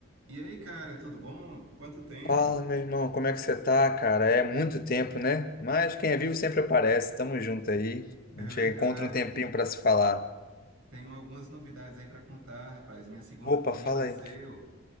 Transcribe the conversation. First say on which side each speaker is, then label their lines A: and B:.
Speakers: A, on the right (about 90°); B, on the left (about 45°).
A: E aí, cara, tudo bom? Quanto tempo?
B: Fala, meu irmão, como é que você tá, cara? É muito tempo, né? Mas quem é vivo sempre aparece. Tamo junto aí.
A: É
B: A gente
A: verdade.
B: encontra um tempinho pra se falar.
A: Tenho algumas novidades aí para contar, rapaz. Minha segunda
B: Opa,
A: filhinha
B: fala
A: nasceu.
B: aí.